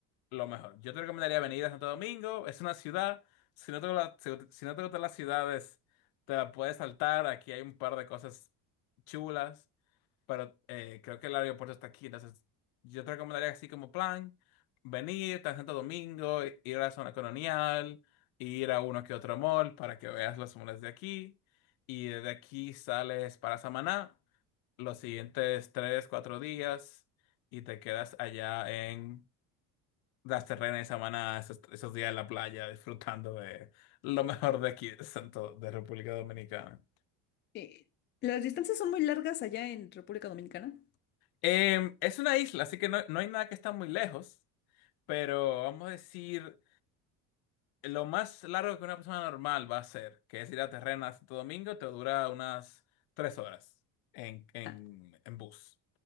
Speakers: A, on the left (about 80°); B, on the left (about 30°).
A: lo mejor. Yo te recomendaría venir a Santo Domingo, es una ciudad. Si no te, gusta- si si no te gustan las ciudades te la puedes saltar. Aquí hay un par de cosas chulas, pero eh, creo que el aeropuerto está aquí. Entonces, yo te recomendaría así como plan, venir a Santo Domingo, ir a la zona colonial, ir a uno que otro mall para que veas los malls de aquí. Y desde aquí sales para Samaná los siguientes tres, cuatro días y te quedas allá en las terrenas de Samaná, esos, esos días en la playa, disfrutando de lo mejor de aquí, de Santo, de República Dominicana.
B: Eh, ¿Las distancias son muy largas allá en República Dominicana?
A: Em, es una isla, así que no, no hay nada que está muy lejos, pero vamos a decir lo más largo que una persona normal va a hacer, que es ir a Terrena a Santo Domingo, te dura unas tres horas en, en,
B: Ah,
A: en bus.